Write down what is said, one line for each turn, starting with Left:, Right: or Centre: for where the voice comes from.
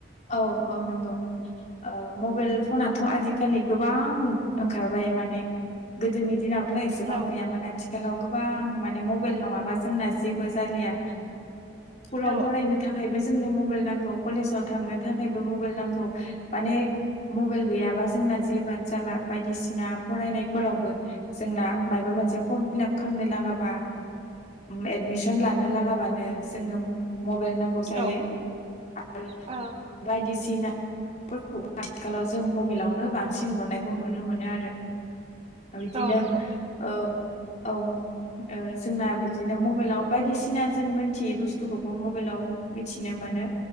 Left: औ औ नोंगौ। ओ मबेइल फनाथ' आजिकालि गोबां ओंखारबाय माने। गोदोनि दिनावथ' एसेबां
Right: औ
Left: गैयामोन आथि खालाव गोबां माने मबेइल नङाबा जोंना जेबो जालिया कुलाव
Right: औ
Left: फरायनो थाखायबो जोंनो मबाइल नांगौ कलेजाव थांनो थाखायबो मबाइल नांगौ माने मबाइल गैयाबा जोंना जेबोआनो जाला बायदिसिना फरायनायफोरावबो। जोंना मायबा मोनसे फर्म फिलाप खामनो लागाबा उम एडमिसन लानो लागाबानो जोंनो मबाइल नांगौ जायो
Right: औ
Left: आरो
Right: औ
Left: बायदिसिना फोरखौबो आथिखालाव जों मबाइलावनो बांसिन हरनायखौ नुनो मोनो आरो। बिदिनो
Right: औ नंगौ
Left: औ औ। ओ जोंना बिदिनो मबाइलाव बायदिसिना जों मोनथियै बुस्थुखौबो मबाइलाव मिथिनो मोनो